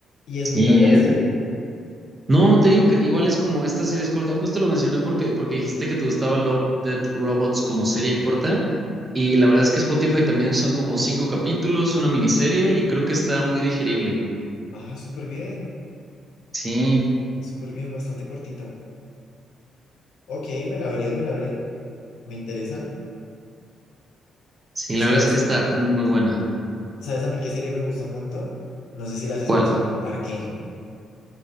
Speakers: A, on the left (about 80°); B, on the right (about 25°).
A: ¿Y es
B: Sí,
A: muy larga la
B: es-
A: serie?
B: No, te digo que igual es como esta serie es corta. Justo lo mencioné porque, porque dijiste que te gustaba Love, Death, Robots como serie corta. Y la verdad es que Spotify también son como cinco capítulos, una miniserie, y creo que está muy digerible.
A: Ah, súper bien,
B: Sí,
A: súper bien, bastante cortita. Ok, me la veré, me la veré, me interesa.
B: sí,
A: ¿Sabes,
B: la verdad es que está muy buena.
A: sabes a mí qué serie me gusta un montón? No sé si la has escuchado,
B: ¿Cuál?
A: Arcane.